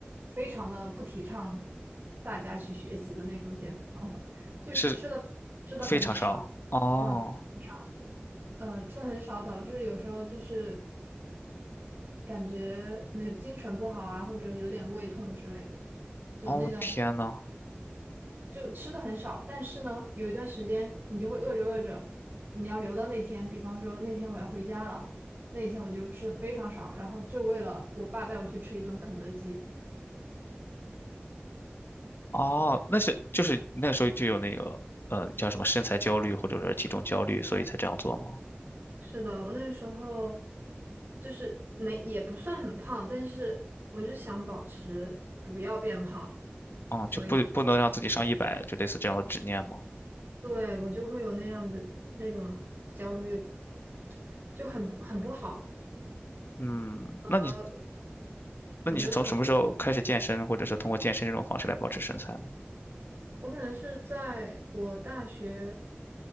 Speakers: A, on the right; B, on the left.
A: 非常的不提倡大家去学习的那种减肥方法，就是吃的吃的很少，
B: 是非常少。哦
A: 嗯，吃的很少，呃，吃的很少，导致有时候就是感觉没有精神不好啊，或者有点胃痛之类的。就那段时
B: 哦天呐，
A: 就吃的很少，但是呢，有一段时间你就会饿着饿着，你要留到那天，比方说那天我要回家了，那天我就吃的非常少，然后就为了我爸带我去吃一顿肯德基。
B: 哦，那是就是那时候就有那个呃叫什么身材焦虑或者是体重焦虑，所以才这样做吗？
A: 是的，我那时候就是没也不算很胖，但是我就想保持不要变胖，
B: 嗯，
A: 所以
B: 就不不能让自己上一百，就类似这样的执念吗？
A: 对我就会有那样的那种焦虑，就很不很不好。
B: 嗯，
A: 呃，
B: 那你那你是从什么时候开始健身，
A: 我觉得可能
B: 或者是通过健身这种方式来保持身材呢？
A: 我可能是在我大学，